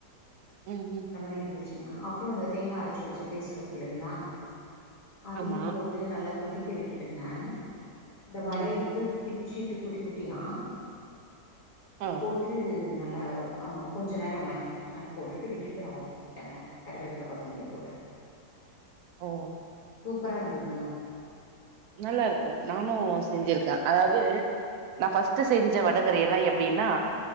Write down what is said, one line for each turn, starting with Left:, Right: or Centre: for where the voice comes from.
Right: ம் ம்
Left: ந்த மாரி இருந்துச்சுனா அப்றோ அந்த தேங்கா அரச்சு வச்ச பேஸ்ட் இருக்கு இல்லைங்களா அதயு
Right: ஆமா
Left: போ ட்டு நல்லா கொதிக்க விட்டுட்டுங்க இந்த வடய
Right: ம்
Left: வந்து ந்து பிச்சுட்டு குட்ட குட்டியா
Right: ஆ
Left: போட் ட்டு நல்லா ஆ கொஞ்ச நேரோங்க கொஞ்ச நேரோ போட்டுட்டு விட்டுட்டு ஆஃப் பண்ணிடங்க கருவேப்ல கொத்தமல்லி போட்டு
Right: ஓ
Left: சூப்பரா இருந்ததுங்க
Right: நல்லாருக்கு நானு
Left: ம்,
Right: செஞ்சிருக்க அதாது
Left: ம், ம்,
Right: நா ஃபர்ஸ்ட்டு செஞ்ச வடகரியெல்லா எப்டின்னா